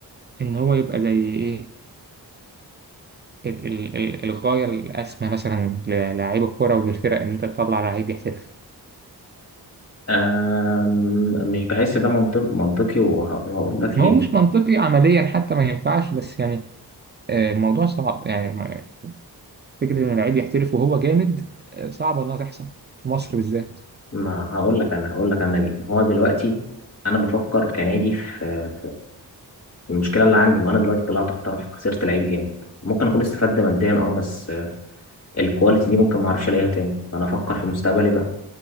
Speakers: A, on the right; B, on the left.
A: ان هو يبقى زي ايه ال- ال- ال- الغاية الأسمى مثلا للاعيب الكرة وللفرق إن أنت تطلع لعيب يحترف
B: أم... مش بحس ده منطق منطقي وه... وهقول لك
A: هو
B: ليه
A: مش منطقي عمليا حتى ما ينفعش بس يعني آه، الموضوع صعب يعني ما- فكرة إن اللعيب يحترف وهو جامد آه، صعبة إنها تحصل في مصر بالذات
B: ما هقول لك انا هقول لك انا ليه ما هو دلوقتي انا بفكر كنادي في في المشكله اللي عندي ما انا دلوقتي طلعت احترف خسرت لعيب جامد ممكن اكون استفدت ماديا اه بس الكواليتي دي ممكن ما اعرفش الاقيها تاني فانا افكر في مستقبلي بقى